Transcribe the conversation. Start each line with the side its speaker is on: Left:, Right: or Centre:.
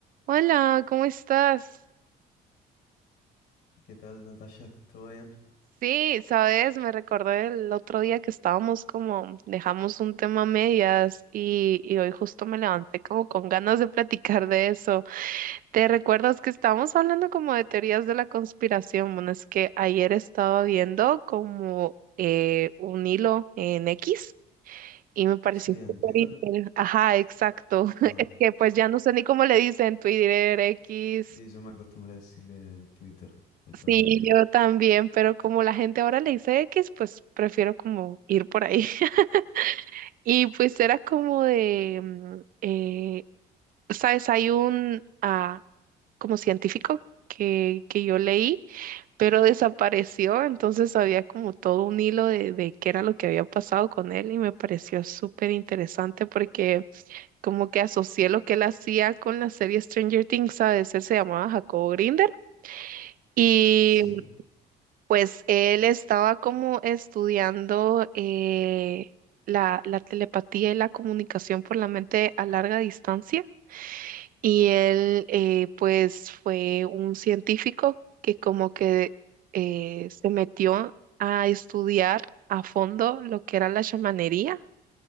Right: Hola, ¿cómo estás?
Left: ¿Qué tal, Natasha? ¿Todo bien?
Right: Sí, sabes, me recordé el otro día que estábamos como, dejamos un tema a medias y, y hoy justo me levanté como con ganas de platicar de eso. ¿Te recuerdas que estábamos hablando como de teorías de la conspiración? Bueno, es que ayer estaba viendo como eh, un hilo en X y me pareció
Left: Sí, en
Right: súper
Left: Twitter.
Right: inter- Ajá, exacto. <laughs>
Left: Ah,
Right: Es que pues ya no sé ni cómo le dicen Twitter, X.
Left: sí, yo me acostumbré a decirle Twitter de toda
Right: Sí,
Left: la vida.
Right: yo también, pero como la gente ahora le dice X, pues prefiero como ir por ahí. <laughs> Y pues era como de, mm, eh, sabes, hay un ah, como científico que, que yo leí, pero desapareció, entonces había como todo un hilo de, de qué era lo que había pasado con él y me pareció súper interesante porque como que asocié lo que él hacía con la serie Stranger Things, ¿sabes? Él se llamaba Jacobo Grinder. y
Left: Sí,
Right: Pues él estaba como estudiando eh, la, la telepatía y la comunicación por la mente a larga distancia y él eh, pues fue un científico que como que eh, se metió a estudiar a fondo lo que era la chamanería